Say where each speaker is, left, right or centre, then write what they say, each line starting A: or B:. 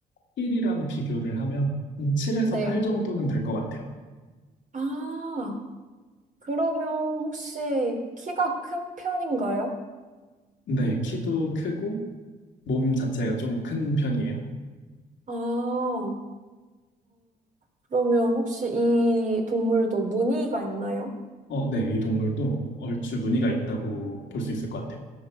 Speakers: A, on the left; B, on the right.
A: 힐이랑 비교를 하면 한 7에서
B: 네.
A: 8 정도는 될 것 같아요.
B: 아, 그러면 혹시 키가 큰 편인가요?
A: 네, 키도 크고 몸 자체가 좀 큰 편이에요.
B: 아, 어, 그러면 혹시 이 동물도 무늬가 있나요?
A: 어, 네, 이 동물도 얼추 무늬가 있다고 볼 수 있을 것 같아요.